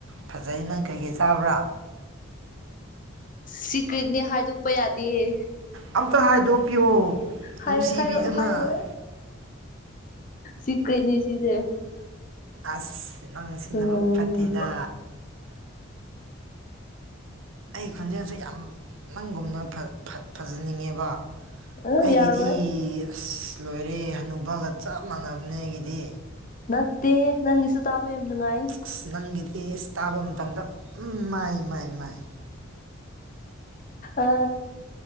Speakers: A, on the right; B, on the left.
A: ꯐꯖꯩ ꯅꯪ ꯀꯩꯀꯩ ꯆꯥꯕ꯭ꯔꯥ
B: ꯁꯤꯀꯔꯤꯗꯅꯦ ꯍꯥꯏꯗꯣꯛꯄ ꯌꯥꯗꯌꯦꯦ
A: ꯑꯝꯇ ꯍꯥꯏꯗꯣꯛꯄꯤꯌꯣ
B: ꯍꯥꯏ
A: ꯅꯨꯡꯁꯤꯕꯤꯗꯨꯅ
B: ꯍꯥꯏꯔꯑꯣ ꯍꯥꯏꯔꯑꯣꯦ ꯁꯤ ꯀꯩꯅꯤ ꯁꯤꯁꯦ
A: ꯑꯁ ꯅꯪ ꯁꯤꯅꯕꯨ
B: ꯎꯝ
A: ꯐꯠꯇꯦꯗ ꯑꯩ ꯈꯣꯟꯖꯦꯜꯁꯨ ꯌꯥꯝ ꯅꯪꯒꯨꯝꯅ ꯐꯖꯅꯤꯡꯉꯦꯕ
B: ꯑ
A: ꯑꯩꯒꯤꯗꯤ
B: ꯌꯥꯔꯣꯏ
A: ꯑꯁ ꯂꯣꯏꯔꯦ ꯍꯅꯨꯕꯒ ꯆꯞ ꯃꯥꯟꯅꯕꯅꯦ ꯑꯩꯒꯤꯗꯤ
B: ꯅꯠꯇꯦ ꯅꯪꯒꯤꯁꯨ ꯇꯥꯕ ꯌꯥꯝ ꯅꯨꯡꯉꯥꯏ
A: ꯑꯁ ꯅꯪꯒꯤꯗꯤ ꯇꯥꯕ ꯃꯇꯝꯗ ꯎꯝ ꯃꯥꯏ ꯃꯥꯏ ꯃꯥꯏ
B: ꯑ